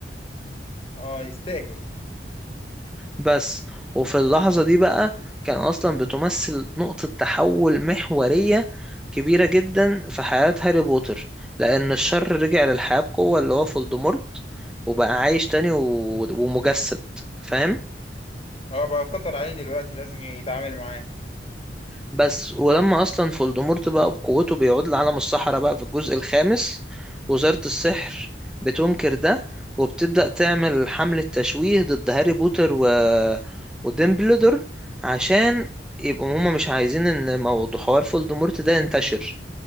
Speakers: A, on the left; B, in the centre.
A: اه يستاهل
B: بس وفي اللحظة دي بقى كان أصلا بتمثل نقطة تحول محورية كبيرة جدا في حياة هاري بوتر لأن الشر رجع للحياة بقوة اللي هو فولدمورت وبقى عايش تاني و... ومجسد فاهم؟
A: اه بقى خطر عليه دلوقتي لازم يتعامل معاه
B: بس ولما اصلا فولدمورت بقى بقوته بيعود لعالم السحرة بقى في الجزء الخامس وزارة السحر بتنكر ده وبتبدأ تعمل حملة تشويه ضد هاري بوتر و... وديمبلدور عشان يبقوا هما مش عايزين ان موضوع حوار فولدمورت ده ينتشر